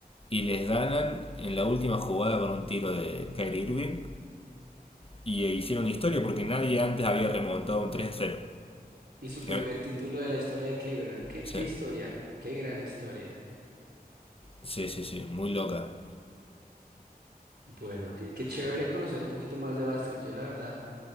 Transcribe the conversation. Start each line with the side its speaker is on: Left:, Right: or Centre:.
Left: Y les ganan en la última jugada con un tiro de Kyrie Irving. Y eh, hicieron historia porque nadie antes había remontado un 3 a cero.
Right: Y su primer
Left: Eh,
Right: título de la historia de Cleveland. ¿Qué,
Left: Sí,
Right: qué historia? Qué gran historia.
Left: sí, sí, sí, muy loca.
Right: Bueno, qué, qué chévere conocer un poquito más de básquet. Yo la verdad,